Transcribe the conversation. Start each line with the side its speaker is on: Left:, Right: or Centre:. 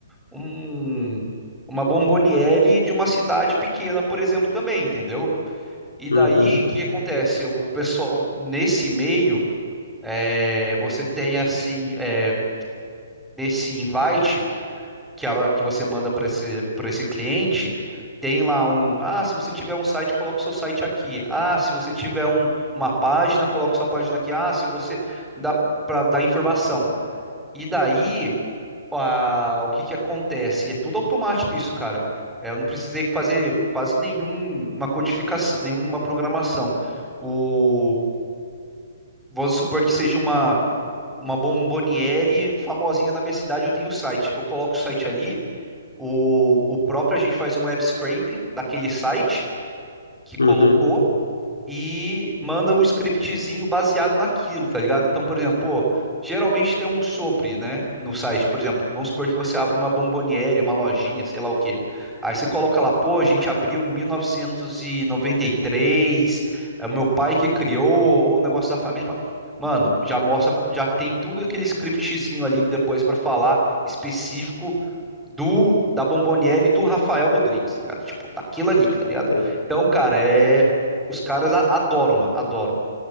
Centre: um, uma bomboniere de uma cidade pequena, por exemplo, também, entendeu? E daí,
Left: Uhum,
Centre: o que acontece? O pessoal, nesse meio, é, você tem assim, é, nesse invite que, a- que você manda para esse, para esse cliente, tem lá um, ah, se você tiver um site, coloca o seu site aqui. Ah, se você tiver um, uma página, coloca sua página aqui. Ah, se você dá para dar informação. E daí a- o que que acontece? E é tudo automático isso, cara. É, eu não precisei fazer quase nenhuma codificação, nenhuma programação. O, vamos supor que seja uma, uma bomboniere famosinha da minha cidade, eu tenho o site. Eu coloco o site ali, o, o próprio a gente faz um web scraping daquele site que colocou
Left: uhum.
Centre: e manda um scriptzinho baseado naquilo, tá ligado? Então, por exemplo, pô, geralmente tem um sobre, né, no site. Por exemplo, vamos supor que você abre uma bomboniere, uma lojinha, sei lá o quê. Aí você coloca lá, pô, a gente abriu em 1993, é o meu pai que criou, ou o negócio da família. pá. Mano, já mostra, já tem tudo aquele scriptzinho ali depois pra falar específico do da Bomboniere e do Rafael Rodrigues, tá ligado? Tipo, daquilo ali, tá ligado?
Left: É.
Centre: Então, cara, é os caras a- adoram, mano, adoram.